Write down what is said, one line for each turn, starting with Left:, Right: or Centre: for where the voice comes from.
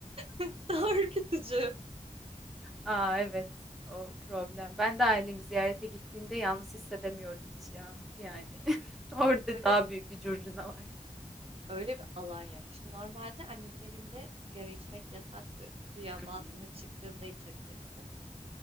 Right: <laughs> daha ürkütücü.
Centre: Aa evet o problem. Ben de ailemi ziyarete gittiğimde yalnız hissedemiyorum hiç ya. Yani <laughs> orada
Right: Öyle
Centre: daha büyük bir curcuna var.
Right: Öyle bir alan yok. Şimdi normalde annemin evinde sigara içmek yasaktır. Güya
Centre: Hı
Right: balkona
Centre: hı.
Right: çıktığında içebilirsin.